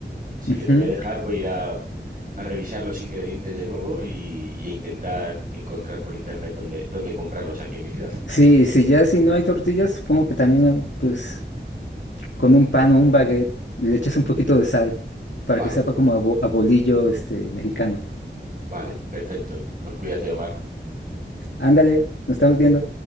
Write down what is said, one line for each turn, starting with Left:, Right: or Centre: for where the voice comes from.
Right: Así
Left: ujú.
Right: que te voy a dejar, voy a ir a, a revisar los ingredientes de nuevo y, y a intentar encontrar por internet dónde, dónde comprarlos aquí en mi ciudad.
Left: Sí, si ya si no hay tortillas, supongo que también, eh, pues, con un pan o un baguette y le echas un poquito de sal para
Right: Vale,
Left: que sepa como a, bo- a bolillo este mexicano.
Right: vale, perfecto. Pues cuídate, Omar.
Left: Ándale, nos estamos viendo.